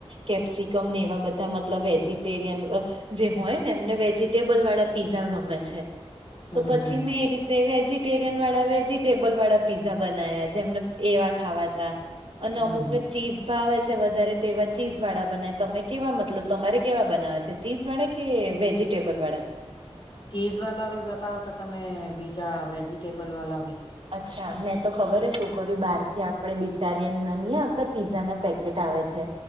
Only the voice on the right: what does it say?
કેપ્સિકમ ને એવા બધા મતલબ વેજીિટેરિયન જે હોય ને એમને વેજીિટેબલ વાળા પીઝા ગમે છે
તો પછી મેં એ રીતે વેજીિટેરિયન વાળા વેજીિટેબલ વાળા પીઝા બનાયા જેમને એવા ખાવાતા અને
અમુક
ને ચીઝ ભાવે છે વધારે તો એવા ચીઝ વાળા બનાવે તમે કેવા મતલબ તમારે કેવા બનાવે છે. ચીઝ વાળા કે વેજીિટેબલ વાળા.
અચ્છા મેં તો ખબર હે શું કર્યું બહાર થી આપણે બિટારિયન ના નઈ આવતા પીઝાના પેકેટ આવે છે.